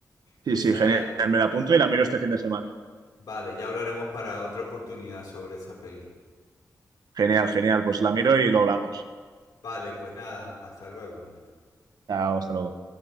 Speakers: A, on the right; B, on the left.
A: Sí,
B: Esa,
A: sí, genial. Me la apunto y la miro este fin de semana.
B: vale, ya hablaremos para otra oportunidad sobre esa peli.
A: Genial, genial. Pues la miro y lo hablamos.
B: Vale, pues nada, hasta luego, Marco.
A: Chao, hasta luego.